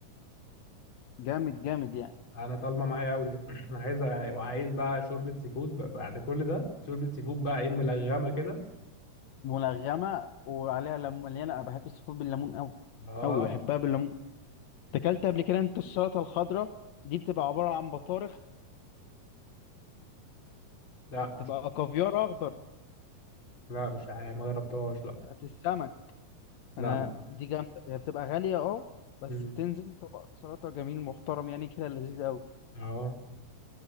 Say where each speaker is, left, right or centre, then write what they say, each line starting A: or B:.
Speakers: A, on the left; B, on the left.
A: جامد جامد يعني
B: انا طالبه معايا قوي <coughs> انا عايز وعايز بقى شوربه سي فود بقى- بعد كل ده شوربه سي فود بقى ايه ملغمه كده
A: ملغمه وعليها ليمون مليانه انا بحب السي فود بالليمون قوي
B: اه
A: قوي بحبها بالليمون اكلت قبل كده انت السلطه الخضراء دي بتبقى عباره عن بطارخ
B: لا مش
A: تبقى كافيار اخضر
B: لا مش عارف ما جربتهاش لا
A: بتاعت السمك
B: لا
A: انا
B: ما...
A: دي جامده هي بتبقى غاليه اه بس
B: مم.
A: بتنزل طبق سلطه جميل محترم يعني كده لذيذ قوي
B: اه